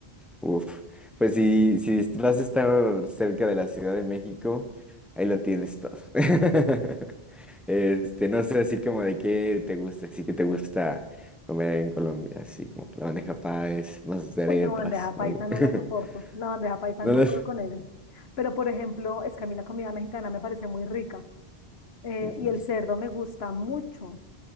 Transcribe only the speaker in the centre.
Uf, pues si, si vas a estar cerca de la Ciudad de México, ahí lo tienes todo. <laughs> Este, no sé así como de qué te gusta, así que te gusta comer en Colombia, así como la bandeja paes, más de arepas,
no sé.
<laughs>
No
lo-
Ujú.